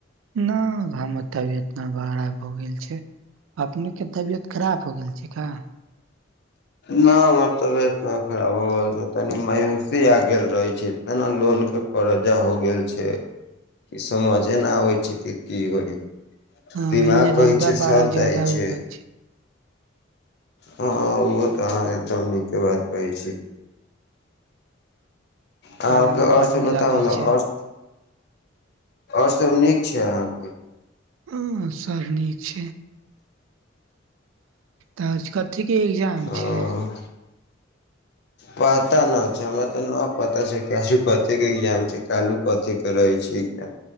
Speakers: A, on the right; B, on the left.
A: न हमर तबियतना बरा भ गेल छै अपनेके तबियत खराब हो गेल छै का
B: न हमर तबियत नहि खराब होबै छै तनी मायूसी आग गेल रहै छै त न लो के कर्जा हो गेल छै कि समझे नहि आबे छै कि की होइ
A: हँ
B: दिमाग
A: एने रौदा
B: कहै छै
A: बड़ा
B: साथ
A: ज्यादा
B: जाइ छै
A: उगल
B: हँ ओहो तऽ अहाँ एकदम नीके बात कहै छी हँ
A: बड़ा
B: ओ ओरसब
A: ने गर्मी
B: बताओ
A: लगै
B: न
A: छै
B: आओर और सभ नीक छै अहाँके
A: हँ सब नीक छै तऽ आज कथी के एग्जाम
B: ओ
A: छै
B: पता न छै हमरा तऽ न पता छै क आजु कथी के एग्जाम छै कालू कथी के रहै छै ठीक हइ